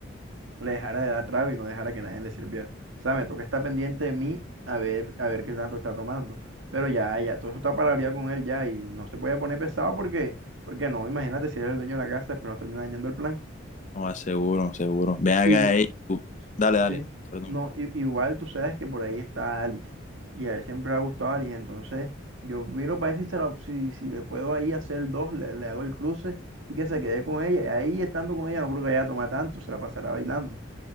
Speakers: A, on the right; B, on the left.
A: le dejara de dar trago y no dejara que nadie le sirviera. O sea, me toca estar pendiente de mí a ver, a ver qué tanto está tomando. Pero ya, ya, todo eso está palabreado con él ya y no se puede poner pesado porque, porque no, imagínate si eres el dueño de la casa, después nos termina dañando el plan.
B: No, ah, seguro, seguro. Ven acá,
A: Igu-
B: ey, tú, dale, dale,
A: sí,
B: perdón.
A: no, i- igual tú sabes que por ahí está Alice y a él siempre le ha gustado Alice, entonces yo miro para ver si, se la- si, si le puedo ahí hacer dos, le, le hago el cruce y que se quede con ella. Y ahí estando con ella no creo que vaya a tomar tanto, se la pasará bailando.